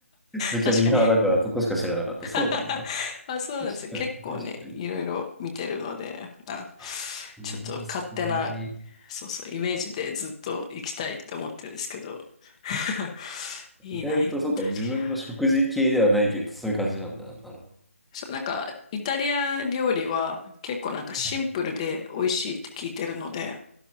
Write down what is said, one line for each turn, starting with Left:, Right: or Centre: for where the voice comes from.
Centre: めっちゃミーハーだからそこしか知らなかった。
Left: 確かに。<laughs>
Centre: そうなんだ。
Left: あ、そうなんですよ。
Centre: 確かに、
Left: 結構ね、
Centre: 確かに。
Left: いろいろ見てるので、あ、
Centre: あ、いいですね。
Left: ちょっと勝手な、そうそう、イメージでずっと行きたいって思ってるんですけど。<laughs> いいな、
Centre: 意外と、
Left: イタリア。
Centre: そうか、自分の食事系ではないけど、そういう感じなんだな。なるほ
Left: そう、なんか、イタリア料理は結構なんかシンプルで美味しいって聞いてるので、
Centre: ど。ね